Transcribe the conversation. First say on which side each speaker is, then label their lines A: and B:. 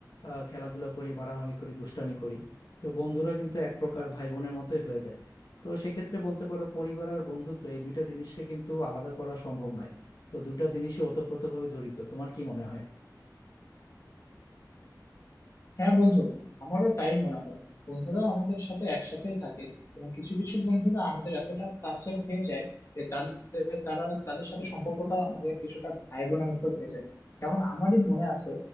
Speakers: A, on the left (about 70°); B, on the left (about 40°).
A: আহ, খেলাধুলা করি মারামারি করি দুষ্টামি করি তো বন্ধুরা কিন্তু এক প্রকার ভাই বোনের মতোই হয়ে যায় তো সেক্ষেত্রে বলতে পারো পরিবার আর বন্ধুত্ব এই দুইটা জিনিসকে কিন্তু আলাদা করা সম্ভব নয় তো দুইটা জিনিসই ওতপ্রোতভাবে জড়িত তোমার কি মনে হয়
B: হ্যাঁ বন্ধু আমারও তাই মনে হয় বন্ধুরা আমাদের সাথে একসাথেই থাকে এবং কিছু কিছু বন্ধুরা আমাদের এতটা কাছের হয়ে যায় যে তাদের তারা তাদের সাথে সম্পর্কটা আমাদের কিছুটা ভাই বোনের মতো হয়ে যায় যেমন আমারই মনে আছে